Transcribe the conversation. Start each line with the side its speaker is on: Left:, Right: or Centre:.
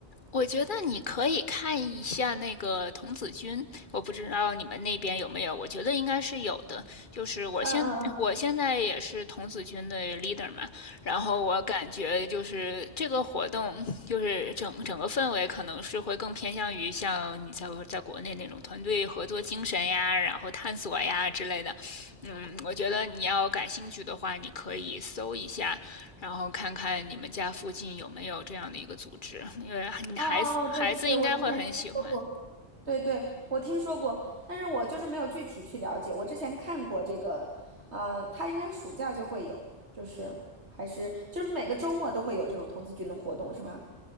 Left: 我觉得你可以看一下那个童子军，我不知道你们那边有没有，我觉得应该是有的。就是我现我现在也是童子军的
Right: 嗯嗯嗯，
Left: leader 嘛，然后我感觉就是这个活动，就是整整个氛围可能是会更偏向于像你在在国内那种团队合作精神呀，然后探索呀之类的。嗯，我觉得你要感兴趣的话，你可以搜一下，然后看看你们家附近有没有这样的一个组织，因为你孩子孩子应该会很喜欢。
Right: 哦哦哦，对对对，我之前听说过。对对，我听说过，但是我就是没有具体去了解。我之前看过这个，呃，他应该暑假就会有，就是还是就是每个周末都会有这种童子军的活动，是吗？